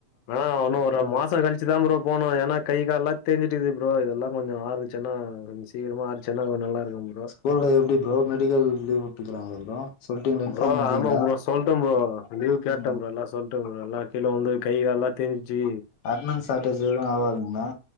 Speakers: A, on the left (about 80°); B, on the left (about 65°).
A: அதா இன்னு ஒரு மாச கழிச்சுதா ப்ரோ போணு ஏனா கை கால்லா தேஞ்சுட்டுக்குது ப்ரோ இதெல்லா கொஞ்ச ஆறுச்சுனா கொஞ்ச சீக்கிரமா ஆறுச்சுனா கொஞ்ச நல்ல இருக்கு ப்ரோ
B: ஊர்ல எப்டி ப்ரோ மெடிக்கல் லீவ் விட்டுக்கிறாங்களா ப்ரோ சொல்ட்டீங்களா இன்ஃபார்ம்
A: ப்ரோ
B: பண்ட்டீங்களா
A: ஆமா ப்ரோ சொல்ட ப்ரோ லீ்வ் கேட்டே
B: ம்
A: ப்ரோ எல்லா சொல்ட்டே ப்ரோ எல்லா கீழ விழுந்து கை கால்லா தேஞ்சுச்சு
B: அட்னன்ஸ் சாட்டேஜ் எது ஆவாதுங்ளா